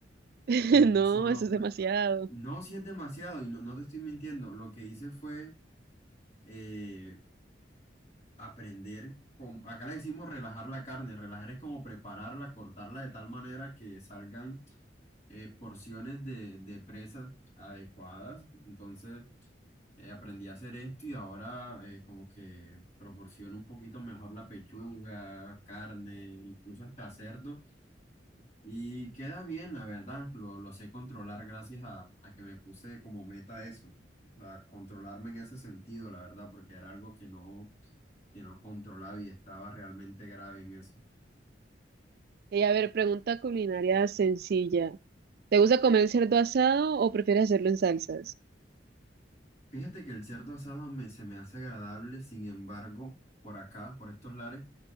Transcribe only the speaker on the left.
en
Solo...
pl-
No, si es demasiado, y no, no te estoy mintiendo, lo que hice fue eh, aprender... con- Acá le decimos relajar la carne, relajar es como prepararla, cortarla de tal manera que salgan eh, porciones de, de presas adecuadas. Entonces eh, aprendí a hacer esto y ahora eh, como que proporciono un poquito mejor la pechuga, carne, incluso hasta cerdo. Y queda bien, la verdad. Lo, lo sé controlar gracias a, a que me puse como meta eso. A controlarme en ese sentido, la verdad, porque era algo que no, que no controlaba y estaba realmente grave en eso.
Fíjate que el cerdo asado me, se me hace agradable, sin embargo, por acá, por estos lares,